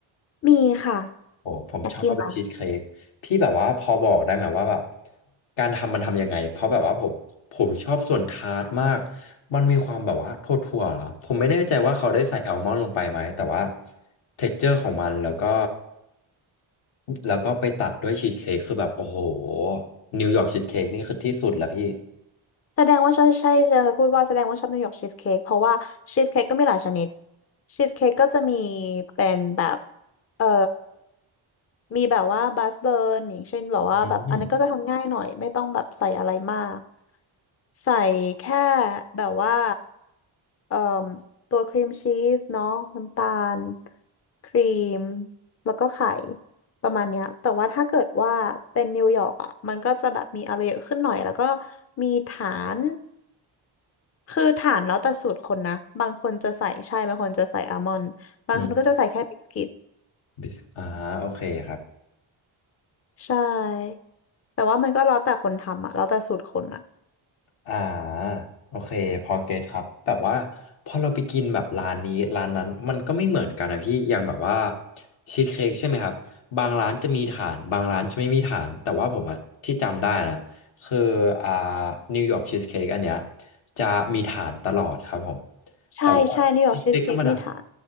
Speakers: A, on the left; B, on the left.
A: มีค่ะ
B: โอ้ผมชอบเลยชีสเค้กพี่แบบว่าพอบอกได้ไหมว่าแบบ
A: อยากกินเหรอ
B: การทำมันทำยังไงเพราะแบบว่าผมผมชอบส่วนทาร์ตมากมันมีความแบบว่าทั่วๆเหรอผมไม่แน่ใจว่าเขาได้ใส่แอลมอนด์ลงไปไหมแต่ว่าเท็กเจอร์ของมันแล้วก็แล้วก็ไปตัดด้วยชีสเค้กคือแบบโอ้โหนิวยอร์กชีสเค้กนี่คือที่สุดแล้วพี่
A: แสดงว่าใช่ใช่จะพูดว่าแสดงว่าชอบนิวยอร์กชีสเค้กเพราะว่าชีสเค้กก็มีหลายชนิดชีสเค้กก็จะมีเป็นแบบเอ่อมีแบบว่าบัสเบิร์นอย่างเช่นแบบว่าแบบอันนั้นก็จะทำง่ายหน่อยไม่ต้องแบบใส่อะไรมาก
B: อืม
A: ใส่แค่แบบว่าเอ่อตัวครีมชีสเนาะน้ำตาลครีมแล้วก็ไข่ ประมาณเนี้ยแต่ว่าถ้าเกิดว่าเป็นนิวยอร์กอ่ะมันก็จะแบบมีอะไรเยอะขึ้นหน่อย แล้วก็มีฐาน คือฐานแล้วแต่สูตรคนนะบางคนจะใส่ใช่บางคนจะใส่อัลมอนด์บางคนก็จะใส่แค่บิสกิต
B: อืมบิสอ่าโอเคครับ
A: ใช่แต่ว่ามันก็แล้วแต่คนทำอ่ะแล้วแต่สูตรคนอ่ะ
B: อ่าโอเคพอเก็ตครับแบบว่าพอเราไปกินแบบร้านนี้ร้านนั้นมันก็ไม่เหมือนกันนะพี่อย่างแบบว่าชีสเค้กใช่ไหมครับบางร้านจะมีฐานบางร้านจะไม่มีฐานแต่ว่าผมอะที่จำได้นะคืออ่านิวยอร์กชีสเค้กอันเนี้ยจะมีฐานตลอดครับผม
A: ใช่ใช่นิวยอร์กชีสเค้กมีฐาน
B: แต่ว่าชีสเค้กธรรมดา